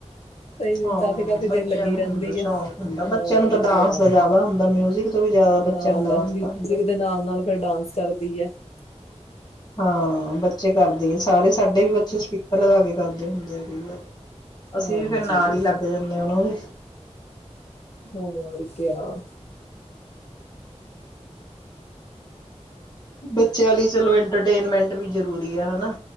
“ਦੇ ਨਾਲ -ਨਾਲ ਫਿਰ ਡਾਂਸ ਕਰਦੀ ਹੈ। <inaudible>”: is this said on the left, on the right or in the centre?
Left